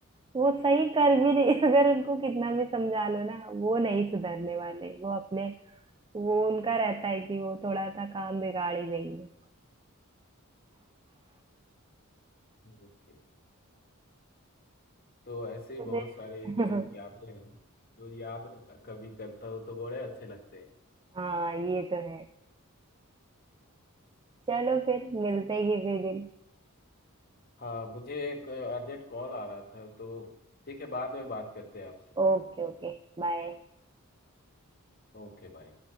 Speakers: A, on the right; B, on the left.
A: वो सही कर भी नहीं अगर उनको कितना भी समझा लो ना वो नहीं सुधरने वाले वो अपने वो उनका रहता है कि वो थोड़ा सा काम बिगाड़ ही देंगे
B: नहीं ओके तो ऐसे ही
A: फिर
B: बहुत सारे
A: <laughs>
B: जो यादें हैं जो याद कभी करता हो तो बड़े अच्छे लगते हैं
A: हाँ ये तो है चलो फिर मिलते हैं किसी दिन
B: हाँ मुझे एक अर्जेंट कॉल आ रहा था तो ठीक है बाद में बात करते हैं आपसे
A: Okay okay bye
B: Okay bye